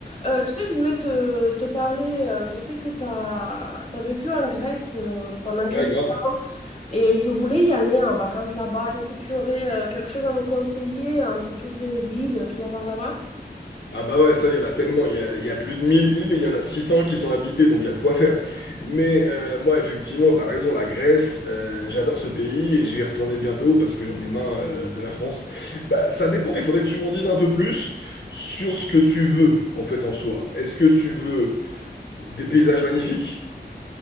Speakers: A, on the left; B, on the left.
A: Euh, tu sais, je voulais te, te parler, euh, je sais que tu as, vécu en Grèce euh, pendant quelques
B: Ouais, grave.
A: temps et je voulais y aller en vacances là-bas. Est-ce que tu aurais euh, quelque chose à me conseiller entre toutes les îles qu'il y a par là-bas?
B: Ah bah ouais, ça, il y en a tellement. Il y a, il y a plus de 1000 îles et il y en a 600 qui sont habitées, donc il y a de quoi faire. Mais euh, moi, effectivement, t'as raison, la Grèce, euh, j'adore ce pays et je vais y retourner bientôt parce que j'en ai marre euh, de la France. Bah, ça dépend, il faudrait que tu m'en dises un peu plus sur ce que tu veux, en fait, en soi. Est-ce que tu veux des paysages magnifiques?